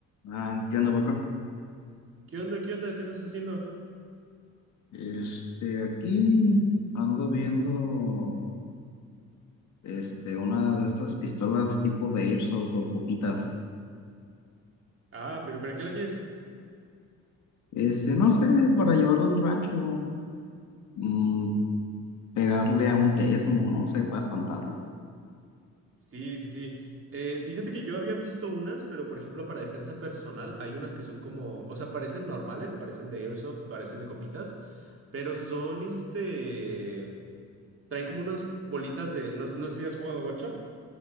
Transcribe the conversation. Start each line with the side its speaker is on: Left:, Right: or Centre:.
Left: Ah, entiendo, Paco.
Right: ¿Qué onda? ¿Qué onda? ¿Qué andas haciendo?
Left: Este, aquí ando viendo este, una de estas pistolas tipo de Airsoft o copitas.
Right: Ah, pero ¿para qué la quieres?
Left: Este, no sé, para llevarlo al rancho, mm, pegarle a un tesmo, no sé, para espantarlo.
Right: Sí, sí, sí. Eh, fíjate que yo había visto unas, pero por ejemplo para defensa personal hay unas que son como, o sea, parecen normales, parecen de airsoft, parecen de copitas, pero son este, traen como unas bolitas de, no, no sé si has jugado gocha.